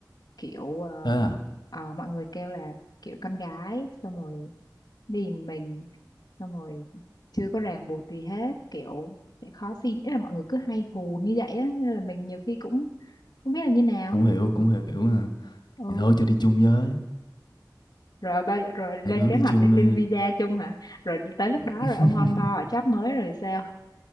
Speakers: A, on the left; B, on the left.
A: kiểu ờ,
B: thế à?
A: ờ, mọi người kêu là kiểu con gái xong rồi đi mình xong rồi chưa có ràng buộc gì hết kiểu sẽ khó xin ý là mọi người cứ hay hù như vậy á nên là mình nhiều khi cũng không biết là như nào
B: Cũng hiểu, cũng hiểu hả?
A: ừ
B: Thì thôi cho đi chung với.
A: rồi ba rồi lên
B: Hai đứa
A: kế
B: đi
A: hoạch
B: chung
A: để
B: đi.
A: xin visa chung hả rồi tới
B: <laughs>
A: lúc đó rồi ông on board ở job mới rồi sao